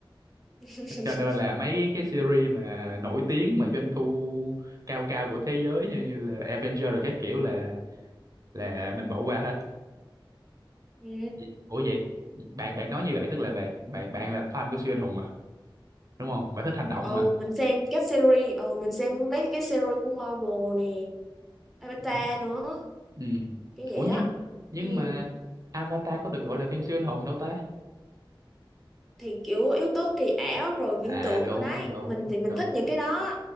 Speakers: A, in the centre; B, on the right (about 40°).
A: <laughs>
B: cho nên là mấy cái series mà nổi tiếng mà doanh thu cao cao của thế giới như như là Avenger rồi các kiểu là là mình bỏ qua hết
A: ừ.
B: Vậy- ủa vậy bạn bạn nói như vậy tức là bạn bạn bạn là fan của siêu anh hùng mà đúng không bạn thích hành động
A: ừ
B: mà
A: mình xem các series ừ mình xem mấy cái series của Marvel nè Avatar
B: ừ.
A: nữa
B: ừ.
A: cái vậy
B: ủa nhưng
A: á
B: nhưng
A: ừ.
B: mà Avatar có được gọi là phim siêu anh hùng đâu ta
A: thì kiểu yếu tố kỳ ảo rồi viễn
B: à
A: tưởng
B: đúng
A: rồi đấy
B: đúng
A: mình thì mình
B: đúng
A: thích những cái đó